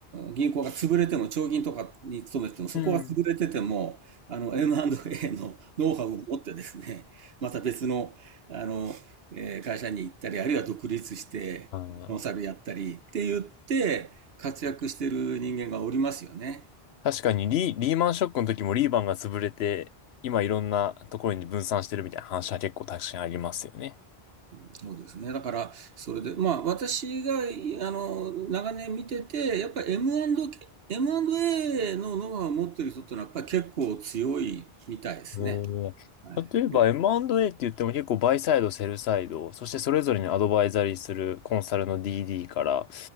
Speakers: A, on the right; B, on the left.
A: 銀行が潰れても、長銀とかに勤めてても、そこが潰れてても、
B: うん。うんう
A: あの、M&A のノウハウを持ってですね、また別の、あの、えー会社に行ったり、あるいは独立して、
B: ん
A: コンサルやったりって言って、活躍してる人間がおりますよね。
B: 確かにリー、リーマンショックの時もリーマンが潰れて、今いろんなところに分散してるみたいな話は結構確かにありますよね。
A: そうですね。だから、それで、まあ、私が、あの、長年見てて、やっぱり M&K、M&A のノウハウを持ってる人ってのは、やっぱり結構強いみたいですね。
B: おー
A: はい。
B: 例えば M&A って言っても結構バイサイド、セルサイド、そしてそれぞれにアドバイザリーするコンサルの DD から